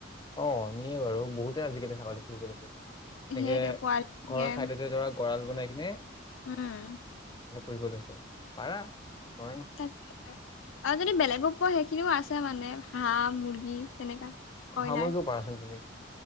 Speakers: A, on the left; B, on the left.
A: অ', নিয়ে বাৰু বহুত <unintelligible> আজিকালি ছাগলী পুহিব লৈছোঁ, এনেকে,
B: সেইটোৱে পোৱালি
A: ঘৰৰ
B: নিয়ে
A: চাইদতে ধৰা গঁৰাল বনাই কিনে
B: উম,
A: পু়হিব লৈছে, পাৰা। নোৱাৰা নহয়
B: তাকে, আৰু যদি বেলেগো পোৱা সেইখিনিও আছে মানে। হাঁহ, মুৰ্গী তেনেকা, কয়লাৰ।
A: হাঁহ মুৰ্গীও পাৰাচোন তুমি